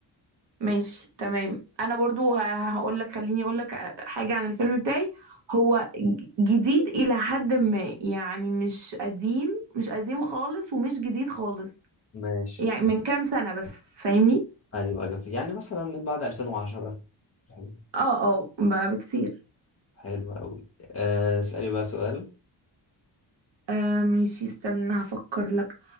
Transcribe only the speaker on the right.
ماشي تمام انا برضو هقول لك خليني اقول لك حاجة عن الفيلم بتاعي هو ج- جديد الى حد ما يعني مش قديم مش قديم خالص ومش جديد خالص
يعني من كام سنة بس فاهمني
اه اه بقى بكتير
آه ماشي استنى هفكر لك